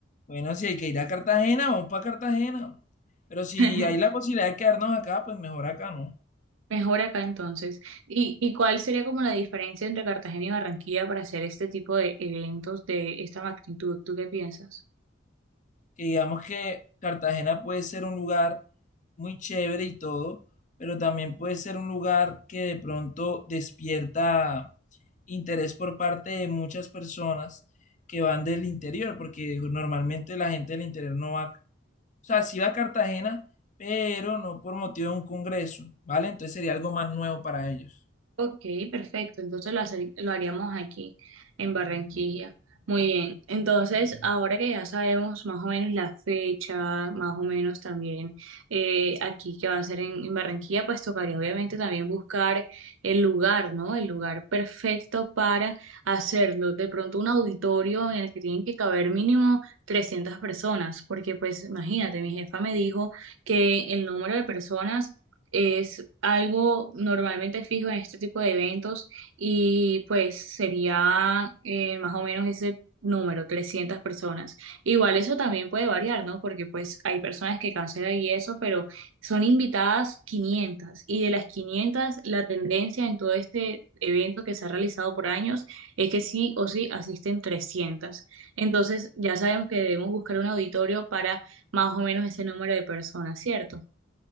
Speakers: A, on the left; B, on the right.
A: Bueno, si hay que ir a Cartagena, vamos para Cartagena. Pero si
B: <laughs>
A: hay la posibilidad de quedarnos acá, pues mejor acá, ¿no?
B: Mejor acá entonces. ¿Y, y cuál sería como la diferencia entre Cartagena y Barranquilla para hacer este tipo de eventos de esta magnitud? ¿Tú qué piensas?
A: que digamos que Cartagena puede ser un lugar muy chévere y todo, pero también puede ser un lugar que de pronto despierta interés por parte de muchas personas que van del interior, porque normalmente la gente del interior no va, o sea, sí va a Cartagena, pero no por motivo de un congreso, ¿vale? Entonces sería algo más nuevo para ellos.
B: Ok, perfecto. Entonces lo, hacer- lo haríamos aquí en Barranquilla. Muy bien. Entonces, ahora que ya sabemos más o menos la fecha, más o menos también eh, aquí que va a ser en, en Barranquilla, pues tocaría obviamente también buscar el lugar, ¿no? El lugar perfecto para hacerlo. De pronto un auditorio en el que tienen que caber mínimo 300 personas, porque pues imagínate, mi jefa me dijo que el número de personas es algo normalmente fijo en este tipo de eventos y pues sería eh, más o menos ese número, 300 personas. Igual eso también puede variar, ¿no? Porque pues hay personas que cancelan y eso, pero son invitadas 500 y de las 500 la tendencia en todo este evento que se ha realizado por años es que sí o sí asisten trescientas Entonces ya sabemos que debemos buscar un auditorio para más o menos ese número de personas, ¿cierto?